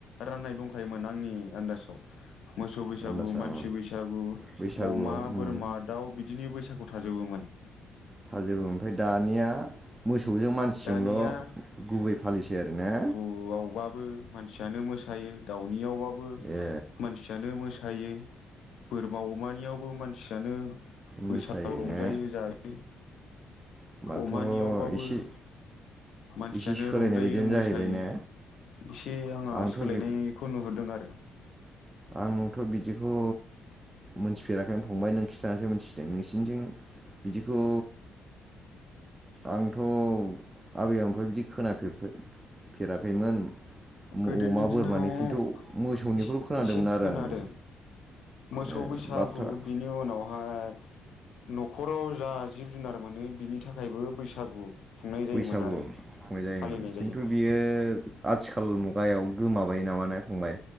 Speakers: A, on the left; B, on the right.
A: राननाय दंखायोमोन आंनि आन्दाजाव मोसौ बैसागु
B: आन्दाजाव
A: मानसि बैसागु
B: बैसागु
A: अमा
B: उम
A: बोरमा दाउ बिदिनि बैसागु थाजोबोमोन
B: थाजोबो ओमफ्राय दानिया मोसौजों मानसिजोंल'
A: दानिया
B: गुबै फालिसै आरोने
A: अवावबाबो मानसियानो मोसायो दावनि आवबाबो
B: ए
A: मानसि मानसियानो मोसायो बोरमा अमानियावबो मानसिनो
B: मोसायो
A: बैसागोव रंजायो
B: ने
A: जायो
B: होमबाथ'
A: अमानियावबाबो
B: एसे
A: मानसियानो
B: एसे सोलायनाय
A: रंजायो
B: बायदियानो
A: मोसायो
B: जाहैबाय ने
A: एसे आङा
B: आंथ'
A: सोलायनायखौ
B: बे
A: नुहुरदों आरो
B: आंथ' बिदिखौ मोनथिफेराखैमोन फंबाय नों खिन्थासै मिथिदों नोंसिनिजोंं बिदिखौ आंथ' आबै आफ्राय बिदि खोनाफेरखो फेराखैमोन
A: गोदोनि
B: अमा
A: दिनाव
B: बोरमानि खिन्थु मोसौनिखौल'
A: एसे
B: खो खोनादोंमोन
A: एसे
B: आरो
A: खोनादों
B: आङो
A: मोसौ
B: ए
A: बैसागु
B: बाथ्रा
A: बिनि उनावहाय न'खराव जा जिब जुनार मोनो बिनि थाखायबो बैसागु खुंनाय जायोमोन
B: बैसागु
A: आरो
B: खुंनाय जायोमोन
A: फालिनाय
B: खिन्थु
A: जायोमोन
B: बियो आथिखाल मुगायाव गोमाबाय नामा ना? फंबाय